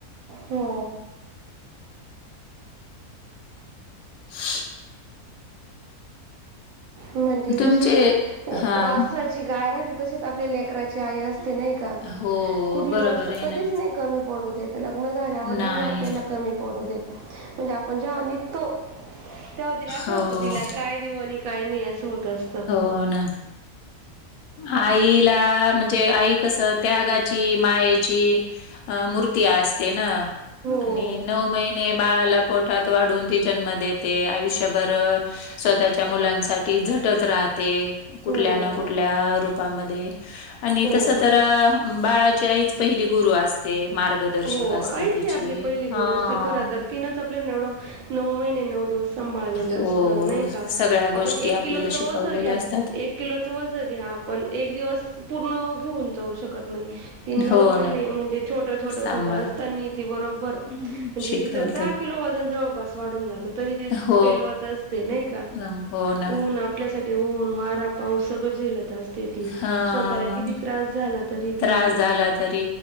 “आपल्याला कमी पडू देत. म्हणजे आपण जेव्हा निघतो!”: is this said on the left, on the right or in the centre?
Right